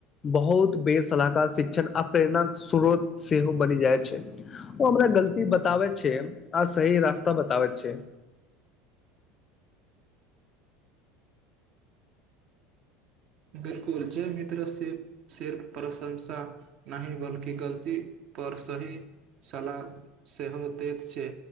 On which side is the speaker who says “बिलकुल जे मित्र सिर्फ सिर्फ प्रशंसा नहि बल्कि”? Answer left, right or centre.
Right